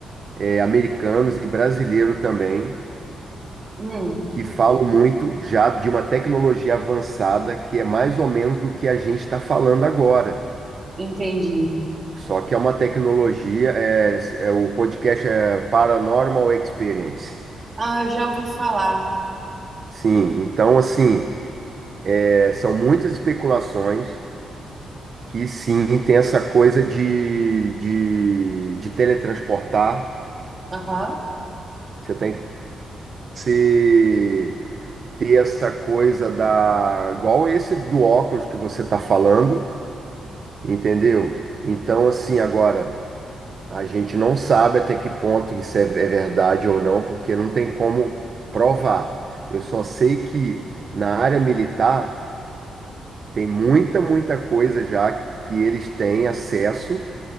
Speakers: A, on the right; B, on the right.
A: é, americanos e brasileiros também,
B: Uhum.
A: que falam muito já de uma tecnologia avançada que é mais ou menos do que a gente está falando agora.
B: Entendi.
A: Só que é uma tecnologia, é, é, o podcast é Paranormal Experience.
B: Ah, eu já ouvi falar.
A: Sim, então assim. É, são muitas especulações que sim tem essa coisa de, de, de teletransportar.
B: Aham.
A: Você tem que se- ter essa coisa da. Igual esse do óculos que você está falando, entendeu? Então, assim, agora, a gente não sabe até que ponto isso é, é verdade ou não, porque não tem como provar. Eu só sei que na área militar tem muita, muita coisa já que eles têm acesso